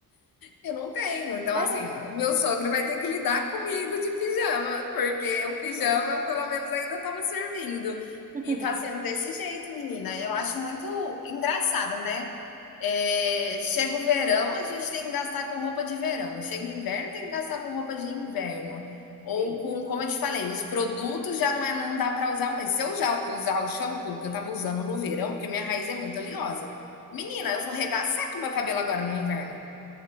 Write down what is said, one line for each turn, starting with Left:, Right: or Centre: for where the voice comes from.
Left: eu não tenho. Então,
Right: É,
Left: assim, meu sogro vai ter que lidar comigo de pijama, porque o pijama,
Right: então,
Left: pelo menos, ainda estava servindo.
Right: <laughs>
Left: E tá sendo desse jeito, menina. Eu acho muito engraçado, né? É, chega o verão, a gente tem que gastar com roupa de verão. Chega o inverno, tem que gastar com roupa de inverno. Ou
Right: Sim.
Left: com, como eu te falei, os produtos já não é, não dá para usar Mas Se eu já usar o shampoo que eu tava usando no verão, porque minha raiz é muito oleosa. Menina, eu vou regaçar com o meu cabelo agora no inverno.